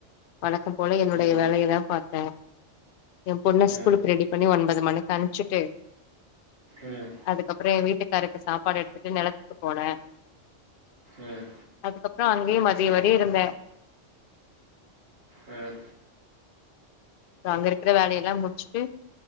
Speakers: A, on the left; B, on the right.
A: வழக்கம் போல என்னுடைய
B: ம்
A: வேலையதான் பாக்ரென் என் பொண்ண ஸ்கூலுக்கு
B: ம்
A: ரெடி பண்ணி ஒன்பது மணிக்கு அனுச்சிட்டு
B: உம்
A: அதுக்கப்புறம் என் வீட்டுக்காருக்கு சாப்பாடு எடுத்துட்டு நிலத்துக்கு போனேன்
B: ம்
A: அதுக்கப்புறம் அங்கயும் மதியம் வர இருந்தேன்
B: உம்
A: சோ அங்க இருக்கிற வேலையெல்லாம் முடிச்சுட்டு